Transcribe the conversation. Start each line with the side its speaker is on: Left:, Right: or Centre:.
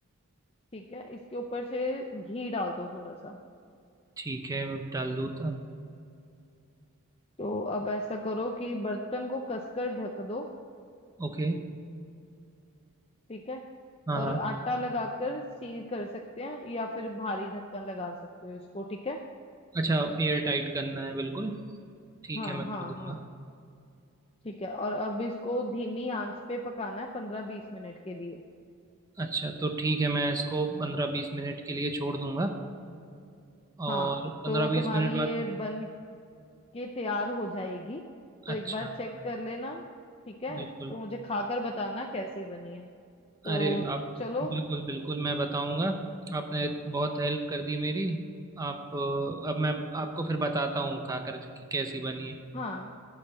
Left: ठीक है इसके ऊपर से घी डाल दो थोड़ा सा
Right: ठीक है मैं डाल दूँ था।
Left: तो अब ऐसा करो कि बर्तन को कसकर ढक दो
Right: ओके
Left: ठीक है
Right: हाँ
Left: और
Right: हाँ
Left: आटा लगाकर सील कर सकते हैं या फिर भारी ढक्कन लगा सकते हो इसको ठीक है
Right: अच्छा एयर टाइट करना है बिल्कुल ठीक
Left: हाँ
Right: है मैं
Left: हाँ
Right: कर दूंगा
Left: हाँ ठीक है और अब इसको धीमी आंच पे पकाना है पंद्रह बीस मिनट के लिए
Right: अच्छा तो ठीक है मैं इसको पंद्रह बीस मिनट के लिए छोड़ दूंगा और
Left: हाँ
Right: पंद्रह
Left: तो
Right: बीस
Left: तुम्हारी
Right: मिनट बाद
Left: ये बन के तैयार हो जाएगी तो एक
Right: अच्छा
Left: बार चेक कर लेना ठीक है
Right: बिल्कुल
Left: तो मुझे खाकर बताना कैसी बनी है तो
Right: अरे आप
Left: चलो
Right: बिल्कुल बिल्कुल मैं बताऊंगा आपने बहुत हेल्प कर दी मेरी आप अ, अब मैं आपको फिर बताता हूँ खाकर कि कैसी बनी
Left: हाँ